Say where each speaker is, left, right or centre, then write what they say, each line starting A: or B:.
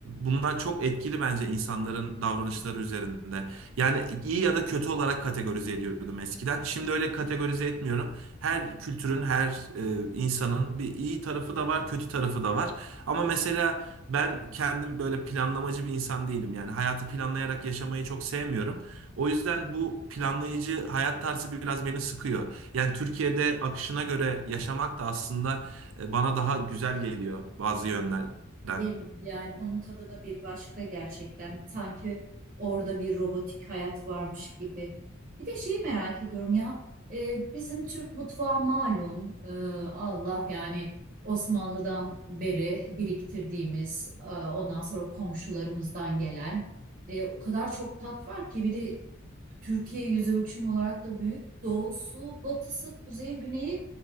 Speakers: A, on the right; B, on the right.
A: bunlar çok etkili bence insanların davranışları üzerinde. Yani iyi ya da kötü olarak kategorize ediyordum eskiden. Şimdi öyle kategorize etmiyorum. Her kültürün, her e, insanın bir iyi tarafı da var, kötü tarafı da var. Ama mesela ben kendim böyle planlamacı bir insan değilim. Yani hayatı planlayarak yaşamayı çok sevmiyorum. O yüzden bu planlayıcı hayat tarzı biraz beni sıkıyor. Yani Türkiye'de akışına göre yaşamak da aslında e, bana daha güzel geliyor bazı yönlerden.
B: Değil mi? Yani onun tadı da bir başka gerçekten. Sanki orada bir robotik hayat varmış gibi. Bir de şeyi merak ediyorum ya. e, bizim Türk mutfağı malum. e, Allah yani Osmanlı'dan beri biriktirdiğimiz, e, ondan sonra komşularımızdan gelen e, o kadar çok tat var ki bir de Türkiye yüz ölçümü olarak da büyük. Doğusu, batısı, kuzeyi, güneyi.